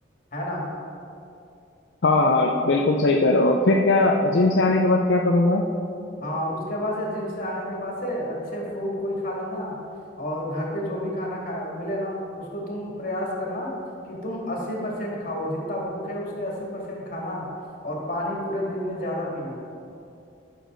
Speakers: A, on the left; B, on the left.
A: है ना
B: हाँ हाँ बिल्कुल सही करो और फिर क्या जिम से आने के बाद क्या करूंगा
A: हाँ उसके बाद से जिम से आने के बाद से अच्छे फ्रूट कोई खा लेना और घर पे जो भी खाना खा मिले ना उसको तुम प्रयास करना कि तुम अस्सी परसेंट खाओ जितना भूख है उसके अस्सी परसेंट खाना और पानी पूरे दिन में ज्यादा पीना